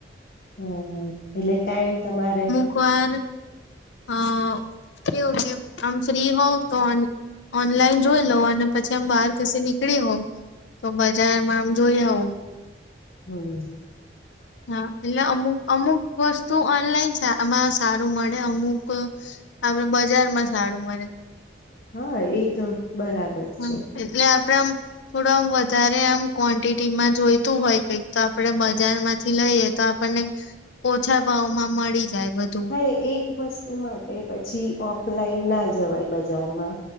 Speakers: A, on the left (about 50°); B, on the left (about 75°).
A: હં, હ, એટલે ટાઈમ તમારે
B: ક્વાર અ, કેઉ કે અ આમ ફ્રી હોઉ તો ઓન ઓનલાઈન જોઈ લવ અને પછી આમ બાર કસે નીકળી હોઉ તો બજારમાં આમ જોઈ આવુ
A: હમ
B: હા, એટલે અમુક અમુક વસ્તુ ઓનલાઈન છે, આમાં સારું મળે, અમુક અવે બજાર માં સારુ મળે
A: હા! એ તો બરાબર. છે
B: હં, એટલે આપડે આમ, થોડુ આમ વધારે આમ ક્વોન્ટિટીમાં જોઈ તું હોય કંઈક તો આપડે બજાર માંથી લઈએ તો આપણને ઓછા ભાવમાં મળી જાય બધ્
A: હા, એ એક વસ્તુ માટે પછી ઓફલાઈન ના જવાય બજારમાં